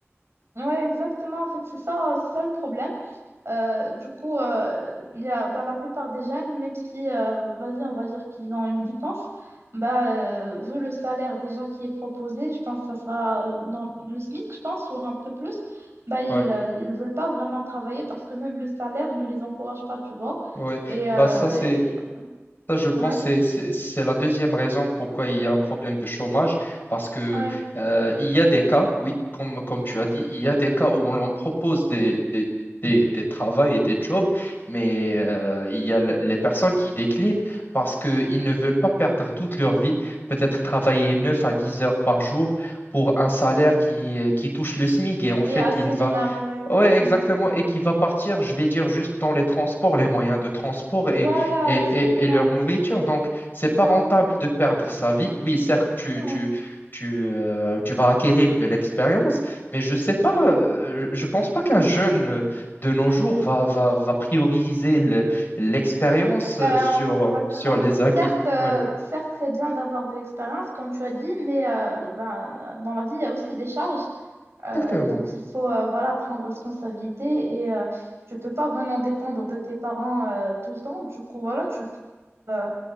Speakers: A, on the right; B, on the left.
A: Ouais, exactement. En fait, c'est ça, c'est ça le problème. Euh, du coup, euh, il y a, bah, la plupart des jeunes, même si, euh, vas-y, on va dire qu'ils ont une licence, bah, euh, vu le salaire déjà qui est proposé, je pense que ça sera euh, dans le SMIC, je pense, ou un peu plus, bah, ils,
B: Ouais,
A: euh, ils veulent pas vraiment travailler parce que même le salaire ne les encourage pas, tu vois.
B: ouais.
A: Et, euh,
B: Bah ça c'est
A: et-
B: ça je pense
A: ouais,
B: c'est c'est c'est la deuxième raison pourquoi il y a un problème de chômage parce que
A: ouais.
B: euh, il y a des cas, oui, comme comme tu as dit, il y a des cas où on leur propose des des des, des travaux et des jobs, mais euh, il y a le- les personnes qui déclinent parce qu'ils ne veulent pas perdre toute leur vie, peut-être travailler 9 à 10 heures par jour pour un salaire qui, qui touche le SMIC et en fait,
A: Et assez
B: il
A: minable,
B: va,
A: ouais, exactement.
B: Ouais, exactement, et qui va partir, je vais dire, juste dans les transports, les moyens de transport
A: Voilà,
B: et, et,
A: exactement.
B: et, et leur nourriture. Donc, c'est pas
A: Ouais,
B: rentable de perdre sa vie. Oui, certes, tu,
A: ouais.
B: tu, tu, euh, tu vas acquérir de l'expérience, mais je sais pas, euh, je pense pas qu'un jeune euh, de nos jours va, va, va prioriser le- l'expérience
A: Expérience,
B: euh, sur,
A: exactement.
B: euh, sur les acquis.
A: Certes, euh,
B: Ouais,
A: certes, c'est bien d'avoir de l'expérience, comme tu as dit, mais euh, ben, dans la vie, il y a aussi des charges euh,
B: exactement.
A: dont il faut euh, voilà, prendre responsabilité et euh, tu ne peux pas vraiment dépendre de tes parents euh, tout le temps. Du coup, voilà, tu trouves